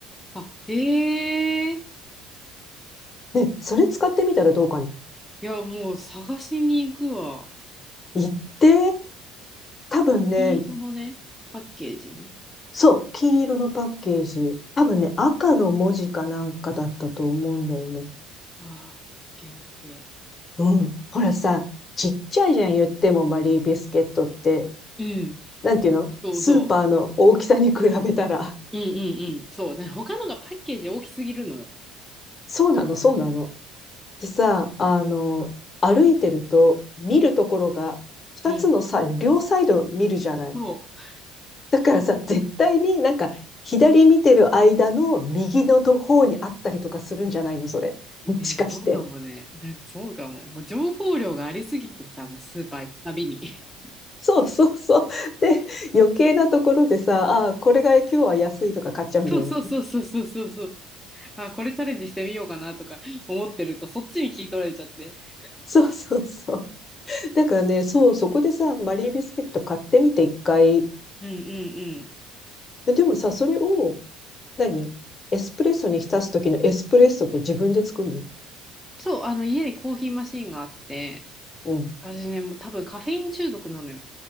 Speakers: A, in the centre; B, on the left.
A: あ、へえ。
B: ね、それ使ってみたらどうかな。
A: いや、もう探しに行くわ。
B: 言ってー、多分ね、
A: 金色のね、パッケージね。
B: そう、金色のパッケージ。多分ね、赤の文字かなんかだったと思うんだよね。
A: ああ、オッケーオッケ
B: うん。ほらさ、ちっちゃいじゃん、言ってもマリービスケットって。
A: ー。うん。
B: なんていうのスーパーの大きさに比べたら。
A: そうそう。うんうんうん。そう。で、他のがパッケージ大きすぎるのよ。
B: そうなの、そうなの。でさ、あの、歩いてると見るところが二つのさ、
A: うん。
B: 両サイド見るじゃない。
A: そう。
B: だからさ、絶対になんか左見てる間の右のと方にあったりとかするんじゃないの、それ。
A: ね、
B: もしかして。
A: そうかもね。なんかそうかも。もう情報量がありすぎてさ、もうスーパー行くたびに。<laughs>
B: そうそうそう。で、余計なところでさ、ああ、これが今日は安いとか買っちゃうんだよね。
A: そうそうそうそうそうそうそう。あ、これチャレンジしてみようかなとか思ってると、そっちに聞い取られちゃって。
B: そうそうそう。だからね、そう、そこでさ、マリービスケット買ってみて一回。
A: うんうんうん。
B: ででもさ、それを、何エスプレッソに浸す時のエスプレッソって自分で作るの
A: そう、あの家にコーヒーマシーンがあって、
B: うん。
A: 私ね、もう多分カフェイン中毒なのよ。